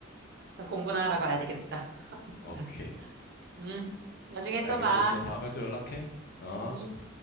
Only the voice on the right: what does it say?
공부나 하러 가야 되겠다. <laughs>
음. 나중에
또 봐.
음.